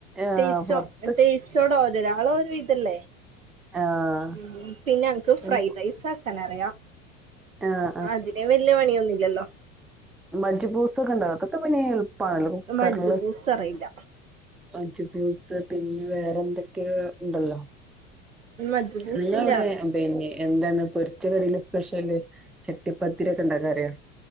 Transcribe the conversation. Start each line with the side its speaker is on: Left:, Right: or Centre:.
Centre: ആഹ്
Right: ടേസ്റ്റോ
Centre: പൊറത്ത്
Right: തേസ്റ്റോടെ <unintelligible> ഇതല്ലേ
Centre: ആഹ്
Right: ഉ പിന്നെ ഞങ്ങക്ക്
Centre: പിന്നെ
Right: ഫ്രൈഡ് റൈസ് കനറയ
Centre: ആഹ്
Right: അതിന് വല്ല്യ <unintelligible> ല്ലോ
Centre: മജ്ജി പൂസൊക്കെ ഉണ്ടാഉം. അതൊക്കെ പിന്നെ പാണല്ലോ കുക്കർല്
Right: മജ്ബൂസ് അറിയില്ല
Centre: അഞ്ചു പൂസ് പിന്നെ വേറെ എന്തൊക്കെയ ഉണ്ടല്ലോ
Right: മജ്ബൂസിന്റെ
Centre: നിങ്ങളവിടെ
Right: അറിയാം
Centre: പിന്നെ എന്താണ് പൊരിച്ച കറില് സ്പെഷ്യല് ചട്ടിപ്പത്തിരിയൊക്കെണ്ടാക്കാറിയോ